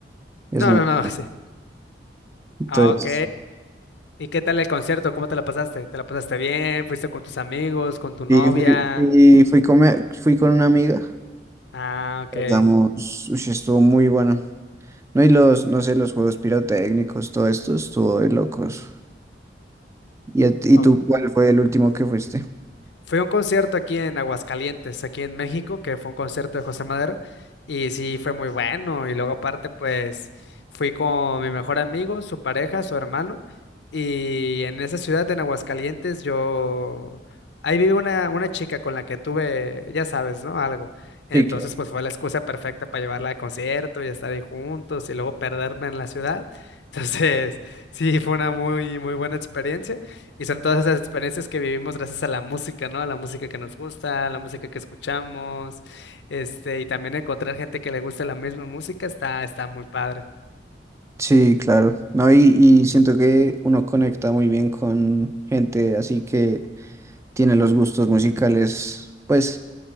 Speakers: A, on the right; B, on the left.
A: Es
B: No,
A: muy...
B: no, no,
A: bueno.
B: <laughs> sí.
A: Entonces,
B: Ah, ok. ¿Y qué tal el concierto? ¿Cómo te la pasaste? ¿Te la pasaste bien? ¿Fuiste con tus amigos, con tu novia?
A: y fui, fui, fui con, mi- fui con una amiga,
B: Ah, ok.
A: pasamos, uy, estuvo muy bueno. No, y los, no sé, los juegos pirotécnicos, todo esto estuvo de locos. ¿Y, a ti-
B: Ok.
A: y tú cuál fue el último que fuiste?
B: Fui a un concierto aquí en Aguascalientes, aquí en México, que fue un concierto de José Madero, y sí, fue muy bueno. Y luego aparte, pues fui con mi mejor amigo, su pareja, su hermano, y en esa ciudad, en Aguascalientes, yo... Ahí vive una, una chica con la que tuve, ya sabes, ¿no? Algo. Entonces,
A: Sí, claro.
B: pues fue la excusa perfecta para llevarla al concierto y estar ahí juntos y luego perderme en la ciudad. <laughs> Entonces, sí, fue una muy, muy buena experiencia. Y son todas esas experiencias que vivimos gracias a la música, ¿no? A la música que nos gusta, a la música que escuchamos, este, y también encontrar gente que le guste la misma música está, está muy padre.
A: Sí, claro. No, y, y siento que uno conecta muy bien con gente así que tiene los gustos musicales, pues,